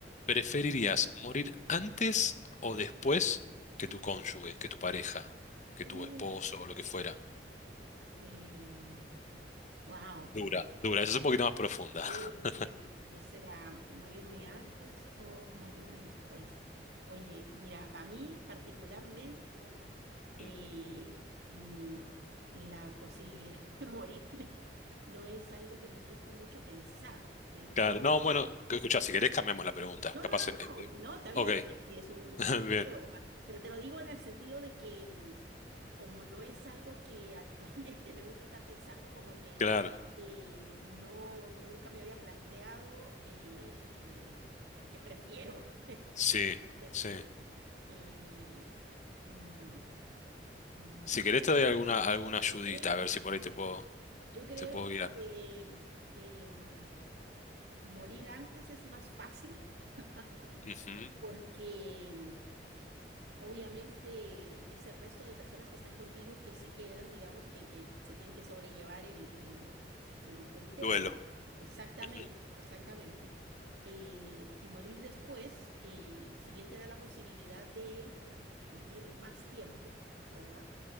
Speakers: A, on the left (about 45°); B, on the right (about 70°).
A: ¿preferirías morir antes o después que tu cónyuge, que tu pareja, que
B: Uh,
A: tu esposo o lo que fuera?
B: eh, wow.
A: Dura, dura. Esa es un poquito más profunda.
B: Sí,
A: <laughs>
B: sí. O sea, morirme antes o morirme después. Oye, mira, para mí particularmente, eh,
A: Mm.
B: mm, la posibilidad <laughs> de morirme no es algo que me guste mucho pensar. De hecho,
A: Claro. No, bueno, escucha si querés cambiamos la pregunta.
B: No,
A: Capaz.
B: no, no,
A: em-
B: no,
A: em-
B: no, está bien,
A: Ok,
B: está bien, sí, es un, un
A: <laughs> bien,
B: juego nomás. Pero te lo digo en el sentido de que, mm, como no es algo que habitualmente <laughs> me gusta estar pensando, como que
A: claro.
B: eh, no, nunca me había planteado eh, eh, que, que prefiero <laughs>
A: Sí,
B: sentido.
A: sí.
B: eh, mm, mm,
A: Si querés te doy alguna, alguna ayudita,
B: yo creo,
A: a ver si por ahí te puedo,
B: yo creo
A: te puedo guiar.
B: que eh, mm, morir antes es más fácil <laughs>
A: Ujú.
B: porque mm, Obviamente es el resto de personas que están contigo y que se quedan, digamos, que, que se tienen que sobrellevar el, el, el, el tema.
A: Duelo.
B: Exactamente,
A: Ujú.
B: exactamente. Eh, y morir después, eh, si bien te da la posibilidad de vivir más tiempo, ¿verdad?